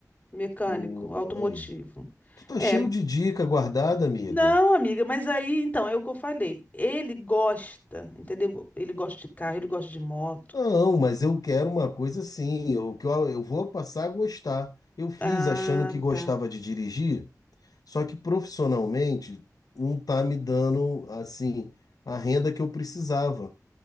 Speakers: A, on the left; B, on the left.
A: mecânico,
B: Pô,
A: automotivo.
B: aí. Tu tá
A: É,
B: cheio de dica guardada, amiga.
A: não, amiga, mas aí, então, é o que eu falei. Ele gosta, entendeu? Ele gosta de carro, ele gosta de moto.
B: Não, mas eu quero uma coisa assim, eu, que eu, eu vou passar a gostar. Eu fiz
A: Ah,
B: achando que gostava
A: tá.
B: de dirigir, só que profissionalmente não tá me dando assim a renda que eu precisava.